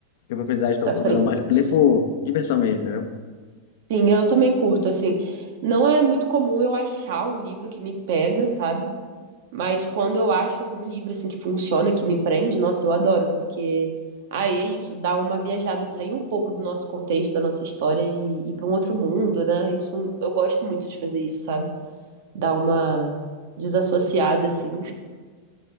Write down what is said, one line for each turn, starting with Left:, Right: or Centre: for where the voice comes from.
Left: Eu vou precisar de tal
Right: Pra
Left: coisa,
Right: Prince.
Left: não, mais por ler por diversão mesmo, né?
Right: Sim, eu também curto, assim. Não é muito comum eu achar um livro que me pega, sabe? Mas quando eu acho algum livro, assim, que funciona, que me prende, nossa, eu adoro, porque... Aí é isso, dá uma viajada, sair um pouco do nosso contexto, da nossa história e ir para um outro mundo, né? Isso, eu gosto muito de fazer isso, sabe? Dar uma desassociada, assim.